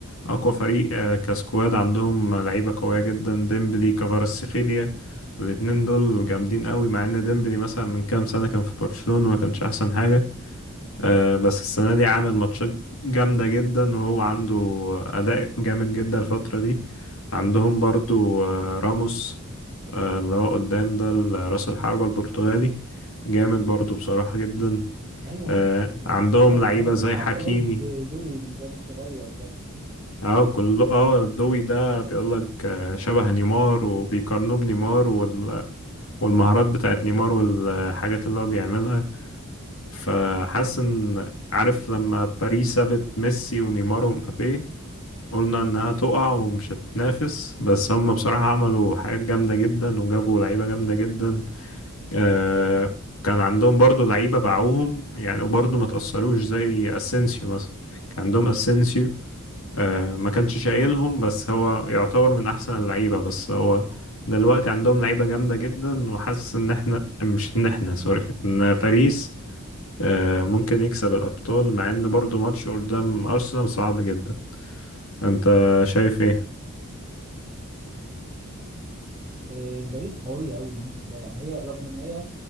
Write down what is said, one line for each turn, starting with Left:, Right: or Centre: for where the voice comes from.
Left: اقوى فريق آه، كسكواد عندهم لعيبه قويه جدا ديمبلي كفاراتسخيليا الاتنين دول جامدين قوي مع ان ديمبلي مثلا من كام سنه كان في برشلونه ما كانش احسن حاجه آه، بس السنة دي عامل ماتشات جامدة جدا وهو عنده أداء جامد جدا الفترة دي عندهم برضو آه، راموس آه، اللي هو قدام ده رأس الحربة البرتغالي جامد برضو بصراحة جدا
Right: ايوه
Left: آه، عندهم
Right: معاك
Left: لعيبة
Right: اه
Left: زي
Right: حتى
Left: حكيمي
Right: الواد دوي الواد الصغير ده
Left: اه كل اه دوي ده بيقولك آه، شبه نيمار وبيقارنوه بنيمار وال... والمهارات بتاعت نيمار والحاجات اللي هو بيعملها فحاسس ان عارف لما باريس سابت ميسي ونيمار ومبابي قلنا انها تقع ومش هتنافس بس هم بصراحة عملوا حاجات جامدة جدا وجابوا لعيبة جامدة جدا آه كان عندهم برضو لعيبة باعوهم يعني وبرضو ما تأثروش زي اسينسيو مثلا كان عندهم اسينسيو آه ما كانش شايلهم بس هو يعتبر من احسن اللعيبة بس هو دلوقتي عندهم لعيبة جامدة جدا وحاسس ان احنا مش ان احنا سوري ان باريس آه، ممكن يكسب الأبطال مع إن برضو ماتش قدام أرسنال صعب جدا أنت شايف إيه؟
Right: آه، باريس قوية أوي الموسم ده يعني هي رغم إن هي